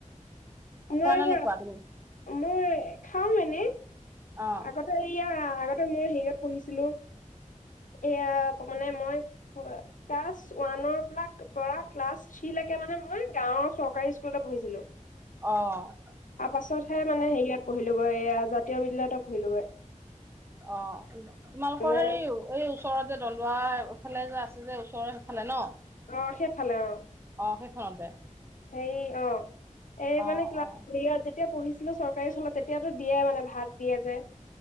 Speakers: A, on the left; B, on the right.
A: মইব
B: খোৱা নে নোখোৱা তুমি
A: মই খাও মানে
B: অ',
A: আগতে এয়া আগতে মই হেৰিত পঢ়িছিলো এয়া মানে মই ক্লাছ ওৱানৰ পৰা পৰা ক্লাছ থ্ৰীলৈকে মানে মই গাঁৱৰ চৰকাৰী স্কুলতে পঢ়িছিলো
B: অ
A: তাৰ পাছতহে মানে হেৰিয়াত পঢ়িলোগৈ জাতীয় বিদ্যালয়ত পঢ়িলোগৈ
B: অ তোমালোকৰ
A: মানে
B: হেৰি এই ওচৰত যে দন্দোৱা এইফালে যে আছে যে ওচৰৰ সেইফালে ন
A: অ সেইফালে অ
B: অ সেইখনতে
A: সেই অ এই
B: অ',
A: মানে কা
B: অ',
A: যেতিয়া পঢ়িছিলো চৰকাৰী স্কুলত তেতিয়াতো দিয়ে মানে ভাত দিয়ে যে